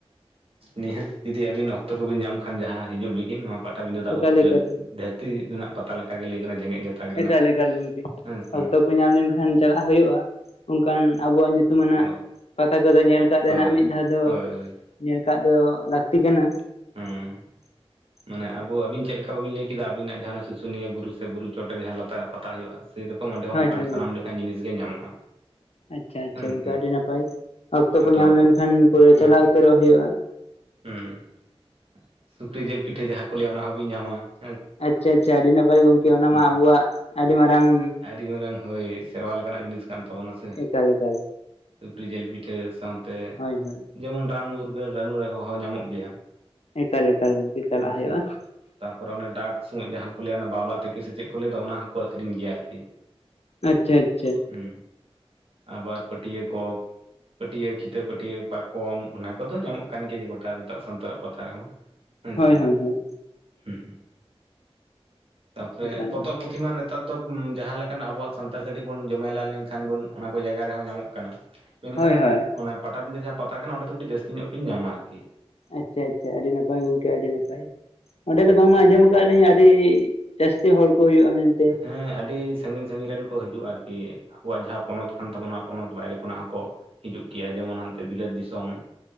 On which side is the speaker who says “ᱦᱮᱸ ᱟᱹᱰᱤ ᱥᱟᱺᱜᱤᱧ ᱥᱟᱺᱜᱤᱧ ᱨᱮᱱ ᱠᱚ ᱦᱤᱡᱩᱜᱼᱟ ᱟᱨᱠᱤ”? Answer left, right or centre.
Right